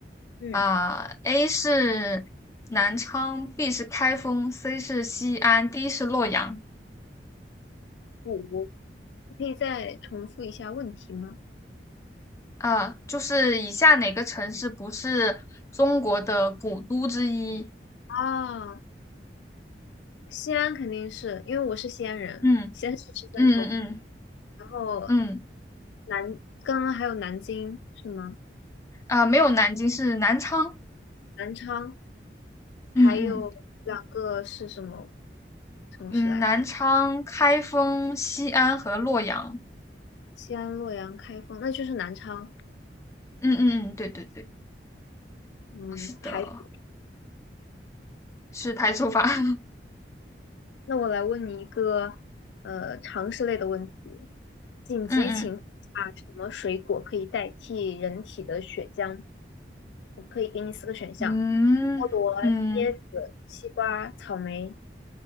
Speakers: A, on the left; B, on the left.
A: 嗯，
B: 啊、a 是南昌，B 是开封，C 是西安，D 是洛阳。
A: 五，你可以再重复一下问题吗？
B: 啊，就是以下哪个城市不是中国的古都之一？
A: 啊，西安肯定是因为我是西安人，
B: 嗯
A: 西安是十三朝古，
B: 嗯嗯
A: 然后
B: 嗯嗯，
A: 南，刚刚还有南京是吗？
B: 啊，没有南京，是南昌。
A: 南昌，还有两个是什么
B: 嗯嗯
A: 城市来着？
B: 嗯，南昌、开封、西安和洛阳。
A: 西安、洛阳、开封，那就是南昌。
B: 嗯嗯嗯，对对对，
A: 嗯，
B: 是的，
A: 排除。
B: 是排除法。
A: 嗯
B: <laughs>
A: 那我来问你一个呃常识类的问题：紧急情况下，
B: 嗯
A: 什么水果可以代替人体的血浆？我可以给你四个选项：
B: 嗯嗯嗯，
A: 菠萝、椰子、西瓜、草莓。